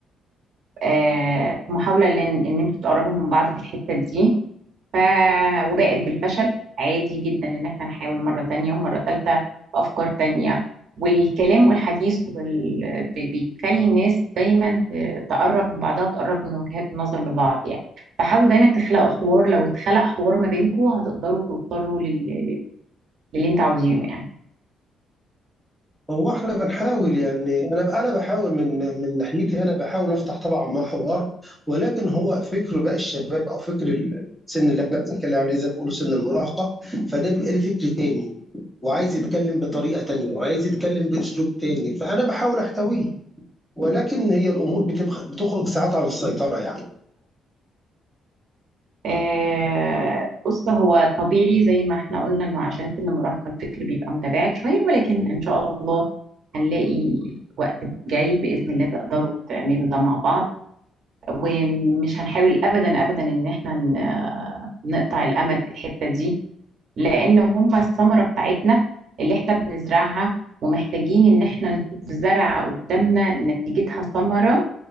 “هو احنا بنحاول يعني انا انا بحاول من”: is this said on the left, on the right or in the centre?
Centre